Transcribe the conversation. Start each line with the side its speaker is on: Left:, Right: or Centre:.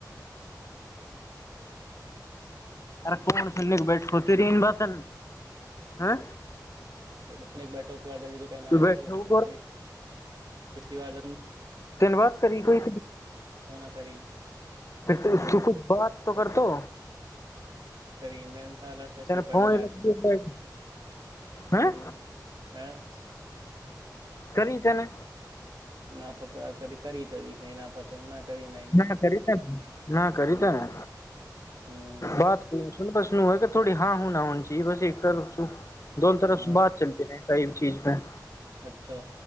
Left: अरे कोन सुनने के बैठ तेरीन बात ह
Right: बस बैठ अभी त पहनाए
Left: बैठे
Right: मे भस
Left: हो
Right: पसी आाज
Left: तन बात करी को
Right: क्यों ना करी
Left: तूछ बात त करतौ
Right: कर मे लस सीप
Left: फोन
Right: मिलाक
Left: ही रख दिया बैठ। हैं
Right: ह आँ <unintelligible>
Left: करी त ने
Right: न पत कर करी त दि न पत न करी नहीं
Left: न कर ते न करी
Right: ह
Left: ते ने
Right: ह
Left: बात बसनूह क थोी हँ हुना हन ची बस एकसू दोन तरफ
Right: ह
Left: सु बात चलती रहै कह चीजमे
Right: अच्छा